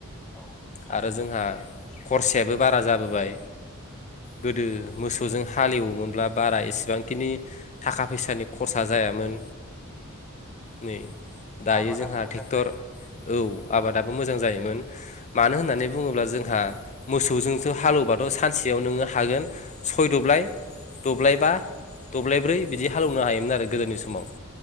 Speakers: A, in the centre; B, on the left.
A: औ थारैनो
B: आरो जोंहा खरसायाबो बारा जाबोबाय। गोदो मोसौजों हालेवोमोनब्ला बारा एसेबांखिनि थाखा फैसानि खरसा जायामोन नै दायो
A: आबादाबो
B: जोंहा
A: मोजां
B: ट्रेक्टर
A: जायोमोन
B: औ आबादाबो मोजां जायोमोन मानो होननानै बुङोब्ला जोंहा मोसौजोंसो हालेवबाथ' सानसेयाव नोंङो हागोन सय दब्लाय दब्लाय बा दब्लाय ब्रै बिदि हालेवनो हायोमोन आरो गोदोनि समाव